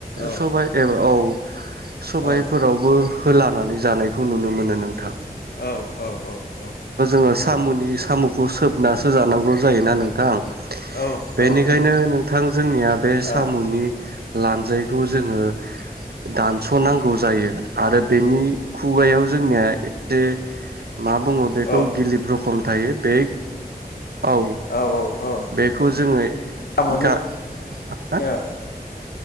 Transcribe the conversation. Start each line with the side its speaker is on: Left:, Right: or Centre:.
Left: औ
Right: सबाय एबा औ सबायफोरावबो
Left: औ
Right: होलानानै जानायखौ नुनो मोनो नोंथां।
Left: औ औ औ औ।
Right: आङो साम'नि साम'खौ सोबनासो जानांगौ जायोना नोंथां?
Left: औ
Right: बेनिखायनो
Left: औ नंगौ
Right: नोंथां जोंनिया बे
Left: ओ
Right: साम'नि
Left: औ
Right: लानजायखौ जोङो दानसनांगौ जायो आरो बेनि खुगायाव जोंनिया <unintelligible> मा बुङो बे खौ
Left: औ
Right: <unintelligible> खम थायो बे औ
Left: औ औ
Right: बेखौ जोङो
Left: साम'नि
Right: गार <unintelligible>
Left: औ